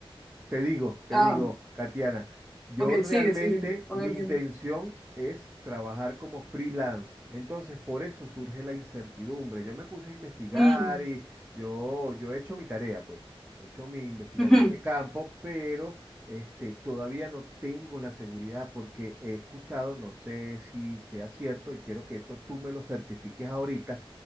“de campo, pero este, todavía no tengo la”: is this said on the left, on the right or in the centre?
Right